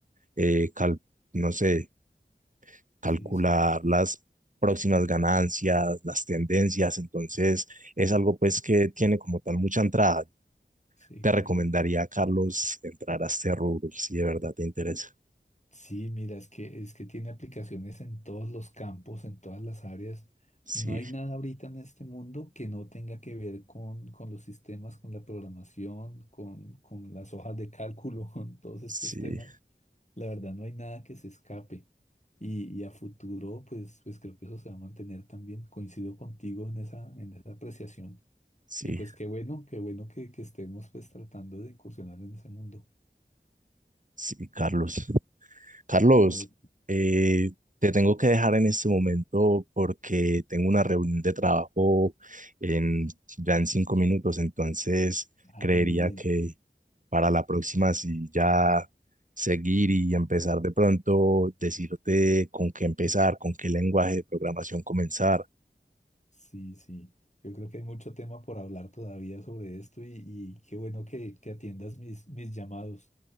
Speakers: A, on the right; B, on the left.
A: eh, cal- no sé, calcular
B: sí, sí, sí,
A: las próximas ganancias, las tendencias, entonces es algo pues que tiene como tal mucha entrada.
B: sí,
A: Te
B: correcto.
A: recomendaría, Carlos, entrar a este rubro, si de verdad te interesa.
B: Sí, mira, es que, es que tiene aplicaciones en todos los campos, en todas las áreas.
A: Sí,
B: No hay nada ahorita en este mundo que no tenga que ver con, con los sistemas, con la programación, con, con las hojas de cálculo, <laughs> con todos estos
A: sí,
B: temas. La verdad, no hay nada que se escape. Y, y a futuro, pues, pues creo que eso se va a mantener también. Coincido contigo en esa, en esa apreciación.
A: sí,
B: Y pues qué bueno, qué bueno que, que estemos pues tratando de incursionar en ese mundo.
A: sí, Carlos. Carlos,
B: No,
A: eh, te tengo que dejar en este momento porque tengo una reunión de trabajo en, ya en cinco minutos, entonces
B: <laughs> ah,
A: creería
B: muy bien.
A: que para la próxima, si ya seguir y empezar de pronto, decirte con qué empezar, con qué lenguaje de programación comenzar.
B: Sí, sí. Yo creo que hay mucho tema por hablar todavía sobre esto y, y qué bueno que, que atiendas mis, mis llamados.